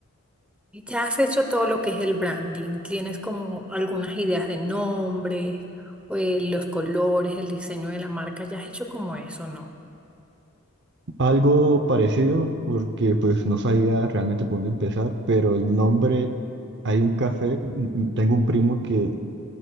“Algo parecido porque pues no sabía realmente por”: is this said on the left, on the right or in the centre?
Right